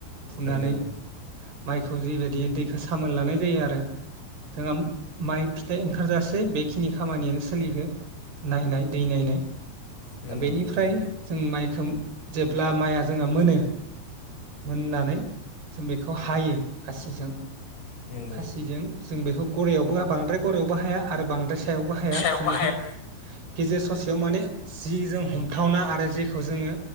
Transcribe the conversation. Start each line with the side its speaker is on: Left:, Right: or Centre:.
Right: फुनानै
Left: नंगौ
Right: माइखौ जिबायदि दैखो सामोन लानाय जायो आरो जोंहा माइ फिथाइ ओंखारजासे बेखिनि खामानियानो सोलिगो नायनाय दै नायनाय
Left: नंगौ
Right: दा बेनिफ्राय
Left: नंगौ
Right: जों माइ उम जेब्ला माइआ जोंहा मोनो मोननानै जों बेखौ हायो खासिजों।
Left: नंगौ
Right: खासिजों जों बेखौ गरायावबो बांद्राय गरायावबो हाया आरो बांद्राय सायावबो हाया
Left: सायाव
Right: जों
Left: बाहाया
Right: बेखौ गेजेर ससेयाव माने जि जों हमथावना आरो जेखौ जोङो